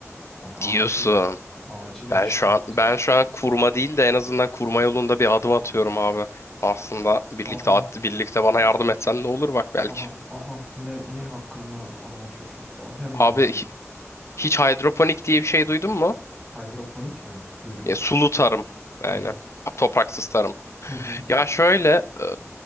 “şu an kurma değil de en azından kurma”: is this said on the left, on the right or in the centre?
Left